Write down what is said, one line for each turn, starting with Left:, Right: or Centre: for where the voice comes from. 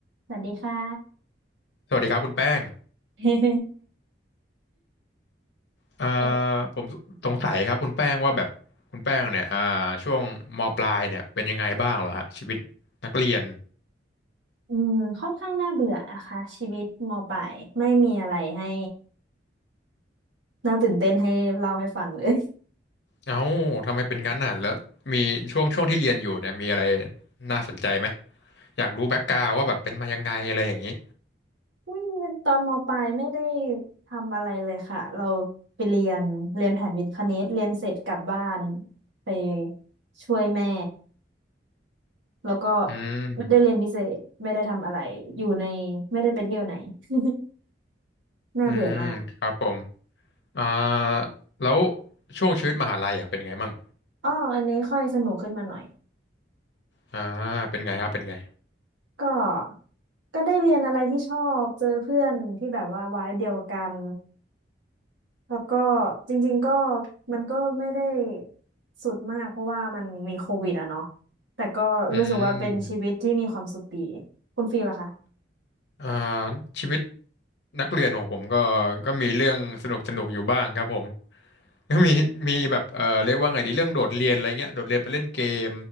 Right: สวัสดีค่ะ
Left: สวัสดีครับคุณแป้ง
Right: <laughs>
Left: เอ่อผมสงสัยครับคุณแป้งว่าแบบคุณแป้งเนี่ยอ่าช่วงมปลายเนี่ยเป็นยังไงบ้างเหรอฮะชีวิตนักเรียน
Right: เอออืมค่อนข้างน่าเบื่อนะคะชีวิตมปลายไม่มีอะไรให้น่าตื่นเต้นให้เล่าให้ฟังเลย
Left: เอ้าทำไมเป็นงั้นน่ะแล้วมีช่วงช่วงที่เรียนอยู่เนี่ยมีอะไรน่าสนใจไหมอยากรู้แบ็กกราวว่าแบบเป็นมายังไงอะไรอย่างนี้
Right: <laughs> อืมตอนมปลายไม่ได้ทำอะไรเลยค่ะเราไปเรียนเรียนแผนวิทย์คณิตเรียนเสร็จกลับบ้านไปช่วยแม่แล้วก็
Left: อืม
Right: ไม่ได้เรียนพิเศษไม่ได้ทำอะไรอยู่ในไม่ได้ไปเที่ยวไหน <laughs> น่าเบื่อมาก
Left: อืมครับผมอ่าแล้วช่วงชีวิตมหาลัยอ่ะเป็นไงมั่ง
Right: อ๋ออันนี้ค่อยสนุกขึ้นมาหน่อย
Left: อ่าเป็นไงครับเป็นไง
Right: ก็ก็ได้เรียนอะไรที่ชอบเจอเพื่อนที่แบบว่าวัยเดียวกันแล้วก็จริงๆก็มันก็ไม่ได้สุดมากเพราะว่ามันมีโควิดอะเนาะแต่ก็รู้สึกว่าเป็นชีวิตที่มีความสุขดี
Left: อืม
Right: คุณฟีลล่ะคะ
Left: อ่าชีวิตนักเรียนของผมก็ก็มีเรื่องสนุกสนุกอยู่บ้างครับผม <laughs> ก็มีมีแบบเออเรียกว่าไงดีเรื่องโดดเรียนอะไรเงี้ยโดดเรียนไปเล่นเกม